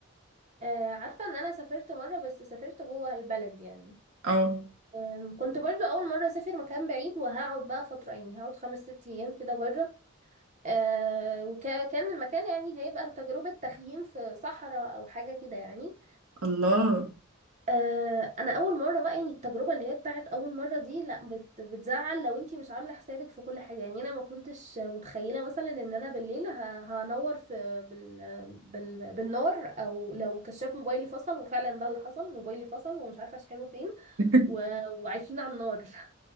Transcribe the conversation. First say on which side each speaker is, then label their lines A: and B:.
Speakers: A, on the right; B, on the right.
A: آه عارفة ان انا سافرت مرة بس سافرت جوه البلد يعني
B: اه
A: آم، كنت برضو اول مرة اسافر مكان بعيد وهقعد بقى فترة يعني هقعد خمس ست ايام كده بره آه وكان المكان يعني هيبقى تجربة تخييم في صحراء او حاجة كده يعني
B: الله
A: آه، انا اول مره بقى يعني التجربه اللي هي بتاعت اول مره دي لا بت بتزعل لو انتي مش عامله حسابك في كل حاجه يعني انا ما كنتش متخيله مثلا ان انا بالليل ه- هنور في بال بال بالنار او لو كشاف موبايلي فصل وفعلا ده اللي حصل موبايلي فصل ومش عارفه اشحنه فين
B: <laughs>
A: و... وعايشين على النار <laughs>